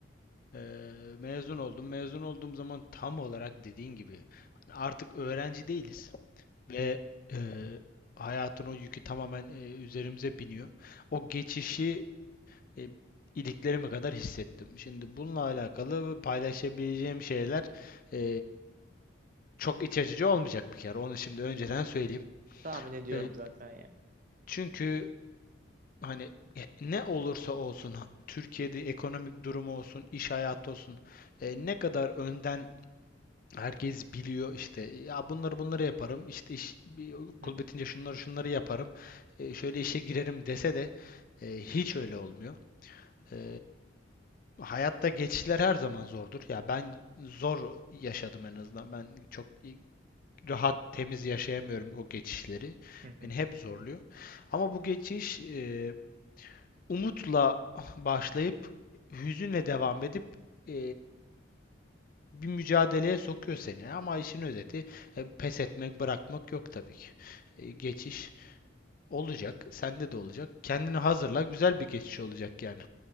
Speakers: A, on the left (about 45°); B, on the right (about 40°).
A: E, mezun oldum. Mezun olduğum zaman tam olarak dediğin gibi hani artık öğrenci değiliz ve e, hayatın o yükü tamamen e, üzerimize biniyor. O geçişi e, iliklerime kadar hissettim. Şimdi bununla alakalı paylaşabileceğim şeyler e, çok iç açıcı olmayacak bir kere. Onu şimdi önceden söyleyeyim.
B: Tahmin ediyorum
A: E,
B: zaten ya.
A: çünkü hani e, ne olursa olsun Türkiye'de ekonomik durumu olsun, iş hayatı olsun e, ne kadar önden herkes biliyor işte ya bunları bunları yaparım işte iş bir okul
B: Hı hı,
A: bitince şunları şunları yaparım e, şöyle işe girerim dese de e, hiç öyle olmuyor. E, Hayatta geçişler her zaman zordur. Ya ben zor yaşadım en azından. Ben çok rahat, temiz yaşayamıyorum o geçişleri.
B: hı hı.
A: Beni hep zorluyor. Ama bu geçiş e, umutla <laughs> başlayıp hüzünle devam edip e, bir mücadeleye sokuyor seni. Ama işin özeti e, pes etmek, bırakmak yok tabii ki. E, geçiş olacak, sende de olacak. Kendini hazırla, güzel bir geçiş olacak yani.